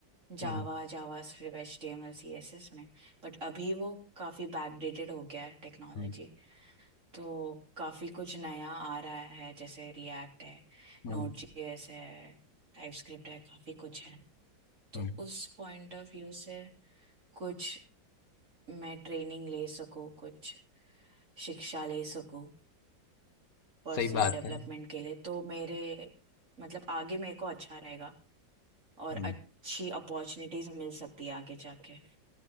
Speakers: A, on the right; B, on the left.
A: java
B: हुँ,
A: JavaScript H T M L C S S में बट अभी वो काफी बैकडेटेड हो गया है टेक्नोलॉजी
B: हुँ,
A: तो काफी कुछ नया आ रहा है जैसे रिएक्ट है
B: हुँ,
A: नोड जी एस है टाइप स्क्रिप्ट है काफी कुछ है तो
B: हुँ,
A: उस पॉइंट ऑफ व्यू से कुछ मैं ट्रेनिंग ले सकूँ कुछ शिक्षा ले सकूँ पर्सनल
B: सही बात
A: डेवलपमेंट
B: है।
A: के लिए तो मेरे मतलब आगे मेरे को अच्छा रहेगा और
B: हुँ।
A: अच्छी अपॉर्चुनिटीज मिल सकती है आगे जाके